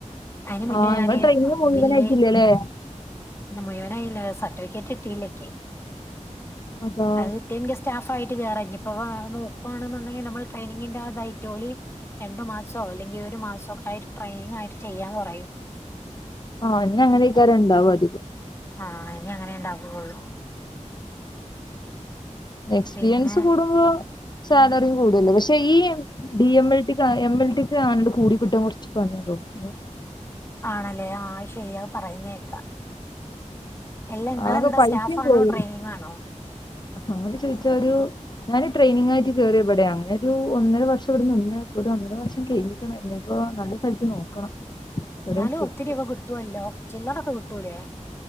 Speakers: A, on the left (about 20°); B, on the left (about 35°).
A: അതിന് മുന്നേ
B: ആഹ്
A: ഞാന്
B: ഇങ്ങള് ട്രെയിനിങ് മുഴുവനായിട്ടില്ലല്ലേ
A: വില്ലേ പിന്നെ മുയോനായില്ല സെർട്ടിഫിക്കേറ്റ് കിട്ടീല നികി
B: അതാ
A: അത് കിട്ടിയാൽ നിക്ക് സ്റ്റാഫ് ആയിട്ട് കയറാം ഇനി ഇപ്പ നോക്കുവാണുന്നുണ്ടെങ്കിൽ നമ്മൾ ട്രെയിനിങ്ങിന്റെ അതായിട്ടോല് രണ്ടു മാസോ അല്ലങ്കിൽ ഒരു മാസമൊക്കെ ആയിട്ട് ട്രെയിനിങ് ആയിട്ട് ചെയ്യാൻ പറയും
B: ആഹ് ഇന്ന് അങ്ങനെ മിക്കവാറും ഉണ്ടാവും അധികം
A: ആഹ് ഇനി അങ്ങനെയെ ഇണ്ടാവുള്ളു
B: എക്സ്പീരിയൻസ്
A: പിന്നെ
B: കൂടുമ്പോ സാലറിയും കൂടുമല്ലേ പക്ഷെ ഈ D M L T M L ടിക്ക് അങ്ങോട് കൂടിക്കിട്ടാൻ കുറച്ച് പണിയാ തോന്നുന്നു
A: ആണല്ലേ ആ ശരിയ അത് പറയുന്ന കേക്ക അല്ല നിങ്ങളെന്താ
B: ആകെ പൈസയും
A: സ്റ്റാഫാണോ
B: പോയി
A: ട്രെയിനിംഗ് ആണോ
B: അങ്ങനെ ചോദിച്ചാ ഒരു ഞാനൊരു ട്രെയിനിങ് ആയിട്ട് കേയറിയത് ഇവിടെയാണ് അങ്ങനെ ഒരു ഒന്നര വർഷം ഇവിടെ നിന്ന് ഒരു ഒന്നര വർഷം കഴ്ഞ്ഞീക്കണെ ഇനീപ്പോ നല്ല സ്ഥലത്ത് നോക്കണം എവിടെ
A: ന്നാലും
B: കിട്ടും
A: ഒത്തിരിയൊക്കെ കിട്ടുവല്ലോ ചില്ലറൊക്കെ കിട്ടൂലേ